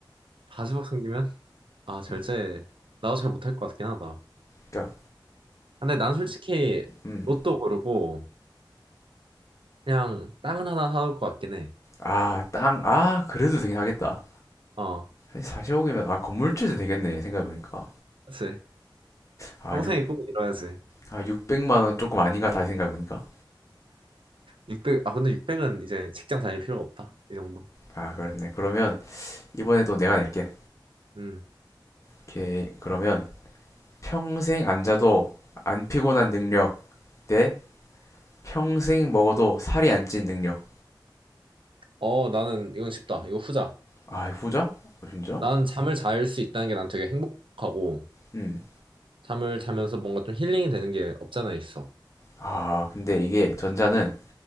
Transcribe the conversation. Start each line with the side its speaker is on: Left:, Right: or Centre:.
Right: 40억 생기면 아, 절제
Left: 음,
Right: 나도 잘 못할 것 같긴 하다.
Left: 그러니까
Right: 근데 난 솔직히
Left: 음.
Right: 로또 고르고 그냥 땅을 하나 사올 것 같긴 해.
Left: 아, 땅. 아, 그래도 되긴 하겠다.
Right: 어.
Left: 4억이면 아, 건물주도 되겠네. 생각해 보니까.
Right: 그치.
Left: 아,
Right: 평생의
Left: 6
Right: 꿈을 이뤄야지.
Left: 아, 600만 원 조금 아닌가 다시 생각해 보니까.
Right: 육백 아, 근데 600은 이제 직장 다닐 필요가 없다. 이 정도.
Left: 아, 그렇네. 그러면 이번에도 내가 낼게.
Right: 음.
Left: 오케이. 그러면 평생 안 자도 안 피곤한 능력 대 평생 먹어도 살이 안 찐 능력.
Right: 어, 나는 이건 쉽다. 이거 후자.
Left: 아, 후자? 어, 진짜?
Right: 나는 잠을 잘 수 있다는 게 난 되게 행복하고,
Left: 음.
Right: 잠을 자면서 뭔가 좀 힐링이 되는 게 없잖아, 있어.
Left: 아, 근데 이게 전자는